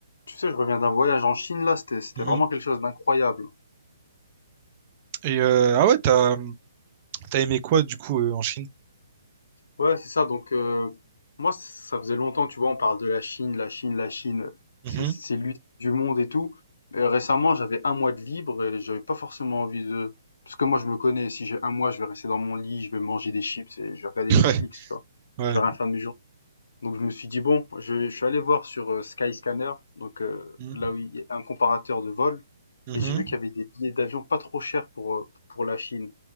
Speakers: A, on the left; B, on the right.
A: Tu sais, je reviens d'un voyage en Chine, là, c'était, c'était
B: Mhm.
A: vraiment quelque chose d'incroyable.
B: Et euh, ah ouais, t'as t'as aimé quoi du coup euh, en Chine?
A: Ouais, c'est ça, donc euh, moi, c- ça faisait longtemps, tu vois, on parle de la Chine, la Chine, la Chine,
B: Mhm.
A: c'est c'est- c'est l'usine du monde et tout. Euh, récemment, j'avais un mois de libre et j'avais pas forcément envie de... Parce que moi, je me connais, si j'ai un mois, je vais rester dans mon lit, je vais manger des chips et je vais regarder
B: <laughs>
A: Netflix, tu vois.
B: Ouais, ouais.
A: Je vais rien faire de mes journées. Donc je me suis dit, bon, je, je suis allé voir sur euh, Skyscanner, donc euh,
B: Mhm.
A: là où il y a un comparateur de vol,
B: Mhm.
A: et j'ai vu qu'il y avait des billets d'avion pas trop chers pour, euh, pour la Chine.